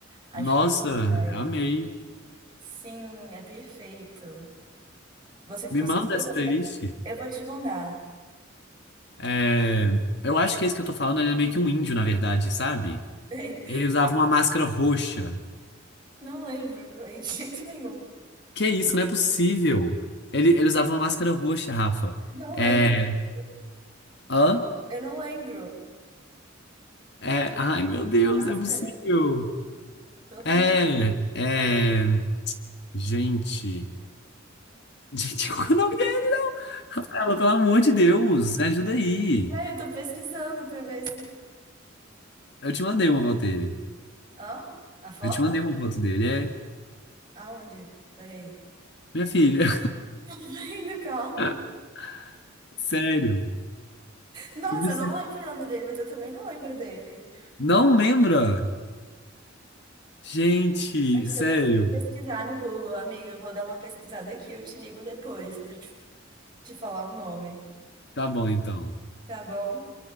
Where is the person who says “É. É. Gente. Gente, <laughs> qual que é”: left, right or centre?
Left